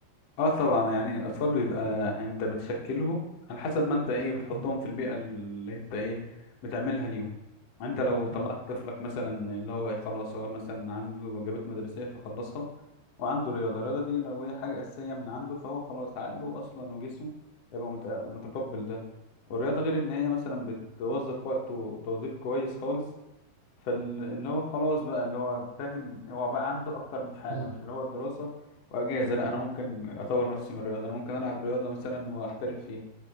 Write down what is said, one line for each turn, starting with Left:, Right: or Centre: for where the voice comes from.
Left: اه طبعا يعني الاطفال بيبقى يعني انت بتشكلهم على حسب ما انت ايه بتحطهم
Right: مم.
Left: في البيئه اللي انت ايه بتعملها ليهم انت لو طلعت
Right: مم.
Left: طفلك مثلا اللي هو إيه خلاص هو مثلا عنده واجبات مدرسيه فخلصها وعنده رياضه الرياضه دي لو هي حاجه اساسيه من عنده فهو خلاص عقله اصلا وجسمه هيبقى مت- متقبل ده والرياضه غير ان هي مثلا بتوظف وقته توظيف كويس خالص فاللي هو خلاص بقى اللي هو فاهم هو بقى عنده اكتر من حاجه
Right: مم.
Left: مش اللي هو الدراسه واجازه لا انا ممكن اطور نفسي من الرياضه انا ممكن العب رياضه مثلا واحترف فيها